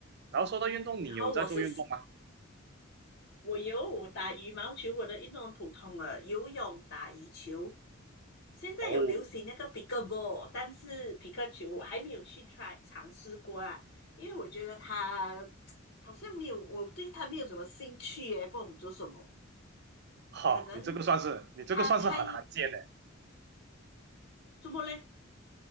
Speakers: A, on the right; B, on the left.
A: 然后说到运动，
B: 然后我是
A: 你有在做运动吗？
B: 我有我打羽毛球，我的运动很普通了，游泳、打羽球，现在有流行那个
A: 哦，
B: p i c 但是皮克球我还没有去 try 尝试过啊，因为我觉得它好像没有，我对它没有什么兴趣耶，不懂做什么，
A: 哈，
B: 可能
A: 你这个算是，你这个算是很罕见的。
B: 它太怎么嘞？